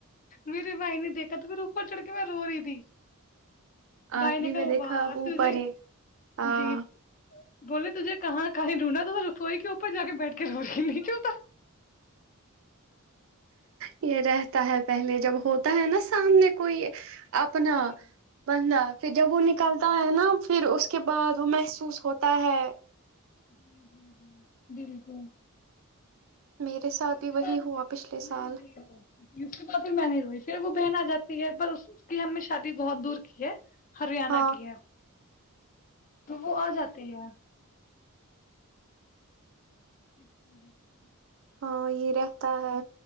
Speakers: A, on the left; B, on the right.
A: میرے بھائی نے دیکھا تو پھر اوپر چڑھ کے میں رو رہی تھی بائی
B: آخری
A: نے
B: میں
A: کہ
B: دیکھا
A: و
B: اب اوپر
A: تے
B: ہی ہاں
A: جی بولے تھے کہاں کہیں رونا تو رسوئی کی اوپر جا کے بیٹھ کے روی نہیں کیوںتا
B: یہ رہتا ہے پہلے جب ہوتا ہے نا سامنے کوئی یہ اپنا
A: جی
B: بندہ پھر جب وہ نکلتا ہے نا پھر اس کے بعد وہ محسوس ہوتا ہے
A: جی جی جی بالکل
B: میرے ساتھ
A: اس
B: بھی
A: کے
B: وہی
A: بعد
B: ہوا
A: پھر
B: پچھلے سال
A: میں نہیں اس کے بعد پھر میں نہیں روئی پھر وہ بہن آ جاتی ہے پر اس کی ہم نے شادی بہت دور کی ہے ہریانہ
B: ہاں
A: کی ہے تو وہ آ جاتی ہے <inaudible>
B: ہاں یہ رہتا ہے